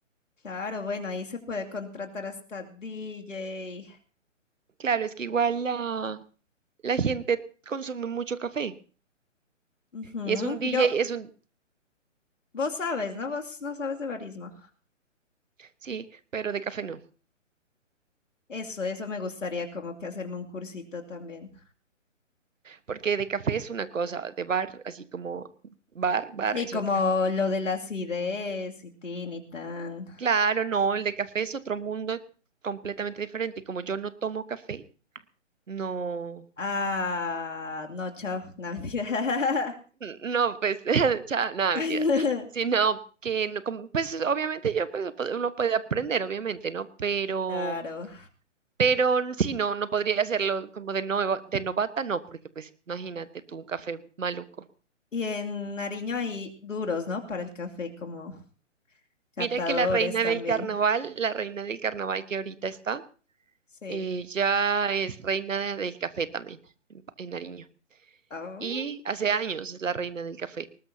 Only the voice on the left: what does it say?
Claro, bueno, ahí se puede contratar hasta DJ.
Ujú,
Yo,
vos sabes, ¿no? Vos no sabes de barismo.
Eso, eso me gustaría como que hacerme un cursito también.
Sí,
como
lo de las ideas y tin y tan.
Ah, no, chao, no, mentira.
<laughs>
Claro.
Y en Nariño hay duros, ¿no? Para el café, como catadores
también.
Sí.
Ah,